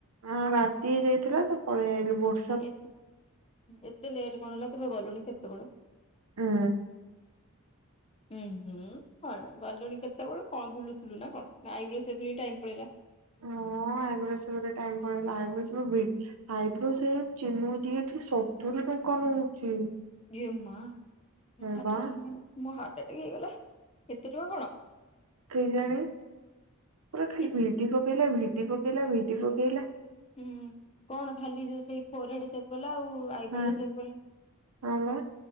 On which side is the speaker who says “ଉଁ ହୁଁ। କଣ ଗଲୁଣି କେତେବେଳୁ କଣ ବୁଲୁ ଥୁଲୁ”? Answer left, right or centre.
Left